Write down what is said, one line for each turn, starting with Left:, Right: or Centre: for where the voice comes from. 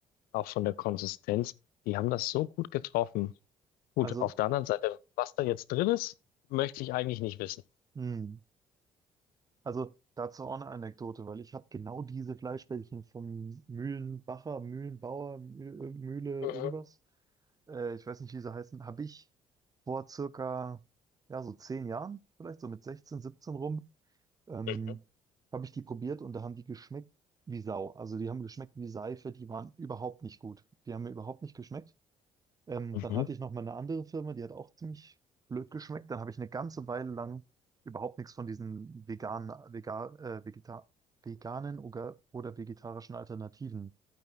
Left: auch von der Konsistenz. Die haben das so gut getroffen. Gut,
Right: also,
Left: auf der anderen Seite, was da jetzt drin ist, möchte ich eigentlich nicht wissen.
Right: mh. Also dazu auch eine Anekdote, weil ich habe genau diese Fleischbällchen vom Mühlenbacher, Mühlenbauer, Müh- Mühle,
Left: Mhm.
Right: irgendwas. äh, ich weiß nicht, wie sie heißen, habe ich vor circa, ja, so zehn Jahren, vielleicht so mit 16, 17 rum, ähm,
Left: Mhm.
Right: habe ich die probiert und da haben die geschmeckt wie Sau. Also die haben geschmeckt wie Seife, die waren überhaupt nicht gut. Die haben mir überhaupt nicht geschmeckt. Ähm,
Left: Mhm.
Right: dann hatte ich noch mal eine andere Firma, die hat auch ziemlich blöd geschmeckt. Dann habe ich eine ganze Weile lang überhaupt nichts von diesen veganen, vegan, äh, vegeta veganen oder, oder vegetarischen Alternativen